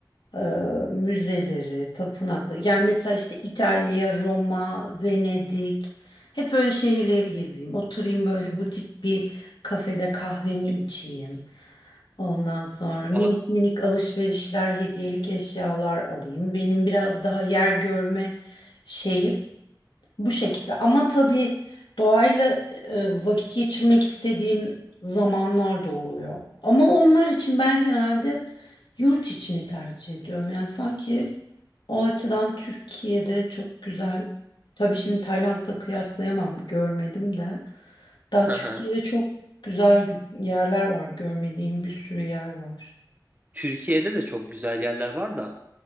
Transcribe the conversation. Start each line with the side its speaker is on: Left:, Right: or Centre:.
Left: e, müzeleri, tapınaklı. Yani mesela işte İtalya, Roma, Venedik. Hep öyle şehirleri gezeyim. Oturayım böyle butik bir kafede kahvemi içeyim. Ondan sonra minik
Right: Va-
Left: minik alışverişler, hediyelik eşyalar alayım. Benim biraz daha yer görme şeyim. Bu şekilde. Ama tabii doğayla e, vakit geçirmek istediğim zamanlar da oluyor. Ama onlar için ben genelde yurt içini tercih ediyorum. Yani sanki o açıdan Türkiye'de çok güzel. Tabii şimdi Tayland'la kıyaslayamam, görmedim de. Daha
Right: <laughs>
Left: Türkiye'de
Right: Hı hı.
Left: çok güzel gü- yerler var. Görmediğim bir sürü yer var.
Right: Türkiye'de de çok güzel yerler var da